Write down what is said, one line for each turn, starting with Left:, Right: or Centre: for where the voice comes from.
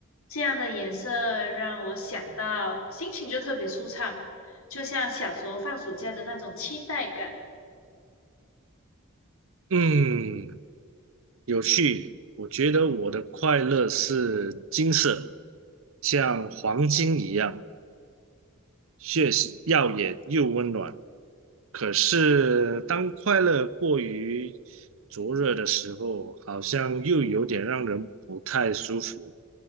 Left: 这样的颜色让我想到心情就特别舒畅，就像小时候放暑假的那种期待感。
Right: 嗯，有趣。我觉得我的快乐是金色，像黄金一样，血耀眼又温暖。可是当快乐过于灼热的时候，好像又有点让人不太舒服，